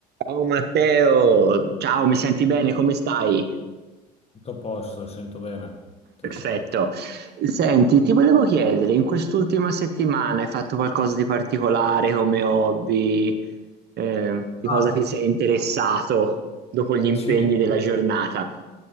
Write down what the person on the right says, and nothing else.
Ciao Matteo, ciao, mi senti bene? Come stai?
Perfetto.
Senti, ti volevo chiedere, in quest'ultima settimana hai fatto qualcosa di particolare come hobby? Eh, di
cosa ti sei interessato dopo gli impegni
della giornata?